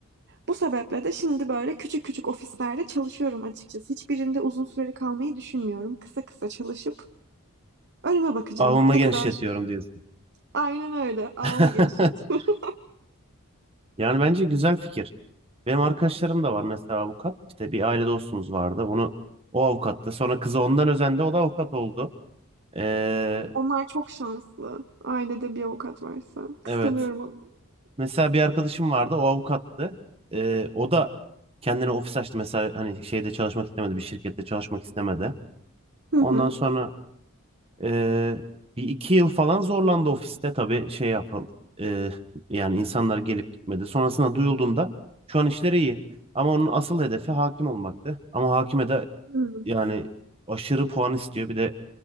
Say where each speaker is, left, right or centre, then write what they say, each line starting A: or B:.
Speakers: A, on the right (about 50°); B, on the right (about 25°).
A: Bu sebeple de şimdi böyle küçük küçük ofislerde çalışıyorum açıkçası. Hiçbirinde uzun süreli kalmayı düşünmüyorum. Kısa kısa çalışıp önüme bakacağım.
B: Avamı
A: Ne
B: genişletiyorum
A: kadar?
B: diyorsun.
A: Aynen öyle. Ağımı
B: <laughs>
A: genişletiyorum.
B: Yani bence güzel fikir. Benim arkadaşlarım da var mesela avukat. İşte bir aile dostumuz vardı. Onu o avukattı. Sonra kızı ondan özendi. O da avukat oldu. Eee
A: <laughs> Onlar çok şanslı. Ailede bir avukat varsa.
B: Evet.
A: Kıskanıyorum onu.
B: Mesela bir arkadaşım vardı o avukattı. Ee, o da kendine ofis açtı mesela hani şeyde çalışmak istemedi bir şirkette çalışmak istemedi.
A: Hı
B: Ondan
A: hı.
B: sonra ee, bir iki yıl falan zorlandı ofiste tabii şey yapıldı. Ee, yani insanlar gelip gitmedi. Sonrasında duyulduğunda şu an işleri iyi. Ama onun asıl hedefi hakim olmaktı. Ama hakime de
A: Hı.
B: yani aşırı puan istiyor. Bir de